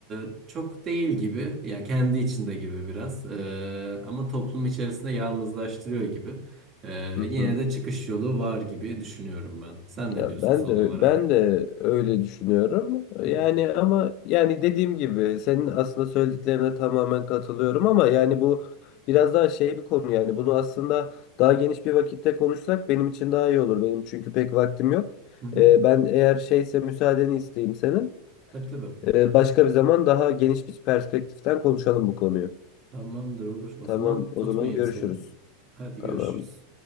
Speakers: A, on the right; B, on the left.
A: E, çok değil gibi. Ya kendi içinde gibi biraz. E, ama toplum içerisinde yalnızlaştırıyor gibi. E,
B: Hı hı.
A: yine de çıkış yolu var gibi düşünüyorum ben. Sen ne
B: Ya
A: diyorsun
B: ben
A: son
B: de
A: olarak?
B: ben de öyle düşünüyorum.
A: Hı
B: Yani ama yani dediğim gibi senin aslında söylediklerine tamamen katılıyorum ama yani bu biraz daha şey bir konu yani bunu aslında daha geniş bir vakitte konuşsak benim için daha iyi olur. Benim çünkü pek vaktim yok.
A: hı. hı.
B: Ee, ben eğer şeyse müsaadeni isteyeyim senin.
A: Tabii tabii.
B: Ee, başka bir zaman daha geniş bir perspektiften konuşalım bu konuyu.
A: Tamamdır olur. O
B: Tamam,
A: zaman
B: o
A: tutmayayım
B: zaman görüşürüz.
A: seni. Hadi
B: Tamam.
A: görüşürüz.